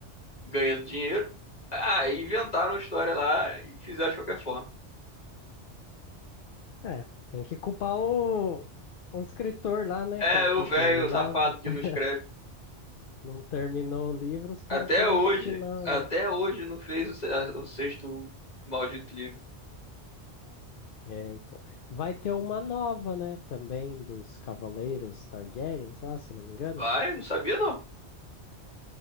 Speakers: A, on the left; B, on the left.
A: ganhando dinheiro. Ah, inventaram a história lá e fizeram de qualquer forma.
B: É, tem que culpar o, o escritor lá, né,
A: É,
B: que não
A: o
B: quis
A: velho
B: terminar.
A: safado que
B: <laughs>
A: não escreve.
B: Não terminou o livro, os caras
A: Até
B: fez
A: hoje,
B: esse final
A: até
B: aí.
A: hoje não fez o, se- a- o sexto maldito livro.
B: É, então. Vai ter uma nova, né? Também dos Cavaleiros Targaryens lá, se eu não me engano.
A: Vai, não sabia não.